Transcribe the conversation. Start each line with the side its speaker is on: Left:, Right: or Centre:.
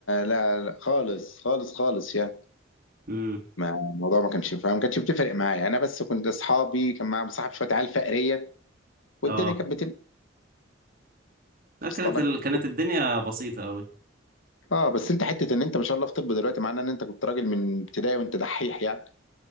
Left: لا, لا خالص خالص خالص يعني
Right: امم
Left: ما الموضوع ما كانش فاهم ما كانش بتفرق معايا يعني أنا بس كنت أصحابي كان معايا مصاحب شوية عيال فقرية والدنيا
Right: اه
Left: كانت بتمشي
Right: لا كانت
Left: وصل لك
Right: ال... كانت الدنيا بسيطة قوي
Left: اه بس انت حته ان انت ما شاء الله في طب دلوقتي معناه ان انت كنت راجل من ابتدائي وانت دحيح يعني